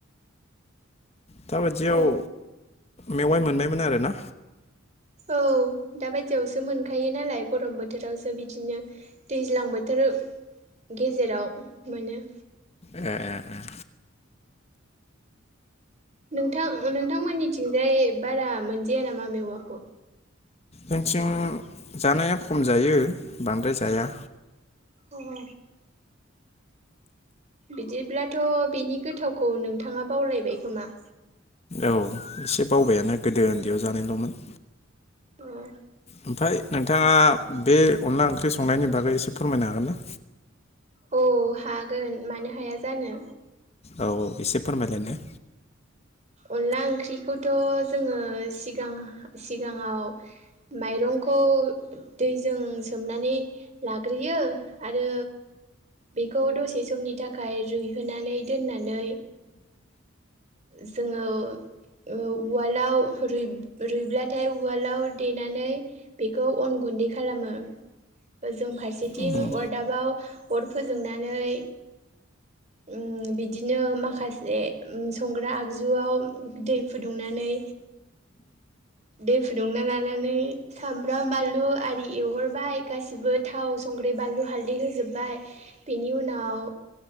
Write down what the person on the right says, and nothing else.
औ
औ दा बायदियावसो मोनखायो नालाय गरम बोथोरावसो बिदिनो दैज्लां बोथोर गेजेराव मोनो।
नोंथां नोंथांमोननिथिंजाय बारा मोनजाया नामा मेवाखौ?
गबु बिदिब्लाथ' बिनि गोथावखौ नोंथाङा बावलायबाय खोमा?
उम
औ हागोन मानो हाया जानो।
अनला ओंख्रिखौथ' जोङो सिगां सिगाङाव माइरंखौ दैजों सोमनानै लाग्रोयो आरो बेखौ दसे समनि थाखाय रुइहोनानै दोननानै जोङो ओ उवालाव रुइ रुइब्लाथाय उवालाव देनानै बेखौ अन गुन्दै खालामो जों फारसेथिं
अरदाबाव अर फोजोंनानै ओम बिदिनो माखासे जे उम संग्रा आगजुआव दै फुदुंनानै दै फुदुंना लानानै सामब्राम बानलु आरि एवहरबाय गासिबो थाव संग्रै बानलु हालदै होजोब्बाय बेनि उनाव